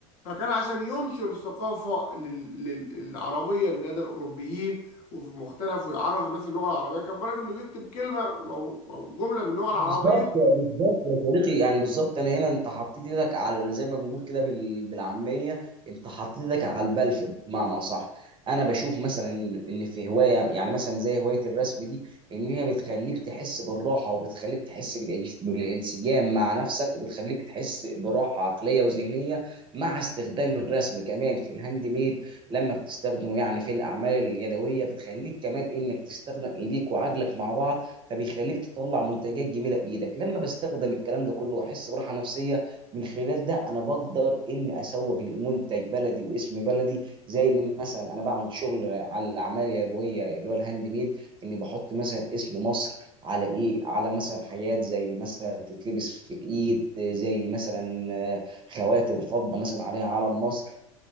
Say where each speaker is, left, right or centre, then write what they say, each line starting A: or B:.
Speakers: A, on the left; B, on the right.
A: فكان عشان ينشر الثقافة لل- لل- العربية لدى الأوروبيين وفي مختلف ويعرف الناس اللغة العربية كان بالك إنه بيكتب كلمة أو أو جملة باللغة العربية
B: بالظبط بالظبط يا صديقي يعني بالظبط انا هنا انت حطيت ايدك على زي ما بنقول كده بال- بالعاميه انت حطيت ايدك على البلف بمعنى صح انا بشوف مثلا ان إن في هوايه يعني مثلا زي هوايه الرسم دي ان هي بتخليك تحس بالراحه وبتخليك تحس بالإنش- بالانسجام مع نفسك وبتخليك تحس براحه عقليه وذهنيه مع استخدام الرسم كمان في الهاند ميد لما بتستخدمه يعني في الاعمال اليدويه بتخليك كمان انك تستخدم ايديك وعجلك مع بعض فبيخليك تطلع منتجات جميله بايدك لما بستخدم الكلام ده كله واحس براحه نفسيه من خلال ده انا بقدر اني اسوق لمنتج بلدي واسم بلدي زي اللي مثلا انا بعمل شغل على الاعمال اليدويه اللي هو الهاند ميد اني بحط مثلا اسم مصر على ايه على مثلا حاجات زي مثلا تتلبس في الايد زي مثلا آه، خواتم فضه مثلا عليها علم مصر